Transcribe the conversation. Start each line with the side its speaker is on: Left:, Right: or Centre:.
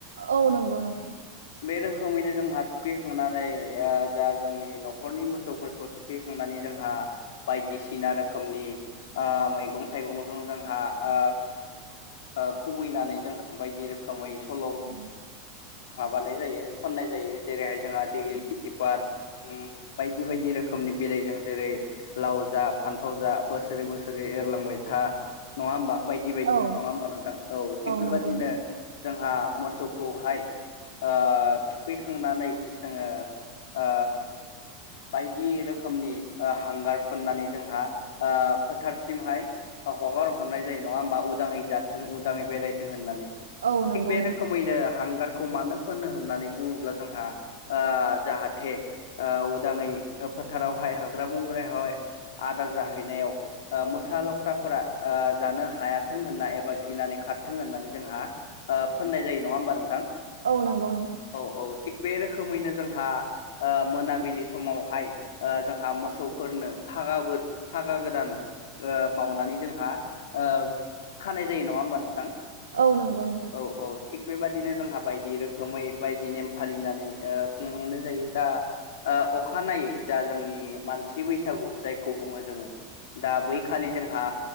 Right: औ नंगौ नोंथां।
Left: बे रोखोमैनो जोंहा थुखैखांनानै ओ जा जोंनि न'खरनि मोसौ मोसौफोरखौ थुखैखांनानै जोंहा बायदिसिना रोखोमनि ओ मैगं थाइगंजों जोंहा ओ ओ खुबैनानै जोंहा बायदि रोखोमै सल' ओ
Right: औ
Left: माबानाय जायो खननाय जायो जेरैहाय जोंहा <unintelligible> बा ओम बाय दि बायदि रोखोमनि बिलाइजों जेरै लाव जा फान्थाव जा बोसोरै बोसोरै एरलांबाय था नङा होमबा बायदि बायदि
Right: औ
Left: नङा होमबा नोंथां औ थिग बेफोरबादिनो
Right: नंगौ नोंथां
Left: जोंहा मोसौखौहाय ओ थुखैखांनानै जोङो ओ बायदि रोखोमनि हांगार फुननानै जोंहा ओ फोथारसिमहाय हगार हरनाय जायो नङा होमबा उदाङै जाथों उदाङै बेरायथों होननानै
Right: औ
Left: थिग
Right: नंगौ
Left: बे रोखोमैनो
Right: नोंथां
Left: हांगार खौ मानो फुनो होननानै बुङोब्ला जोंहा ओ जाहाथे ओ उदाङै फोथारावहाय हाग्रा बंग्रायावहाय आदार जाहैनायाव ओ मोसा लख्राफोरा ओ जानो हायाथों होनना एबा गिनानै खारथों होननानै जोंहा फोननाय जायो नङा होमबा नोंथां?
Right: औ नंगौ नोंथा।
Left: औ औ थिग बे रोखोमैनो जोंहा मोनाबिलि समावहाय ओ जोंहा मोसौफोरनो फागाबो फागा गोदान ओ बावनानै जोंहा ओ खानाय जायो नङा होमबा नोंथां?
Right: औ नंगौ नोंथां।
Left: औ औ थिग बेबादिनो जोंहा बायदि रोखोमै बायदि नेम फालिनानै खुंलांनाय जायो दा ओ अखानायै जा जोंनि मानसि बैसागु जायखौ बुङो जोङो दा बैखालि जोंहा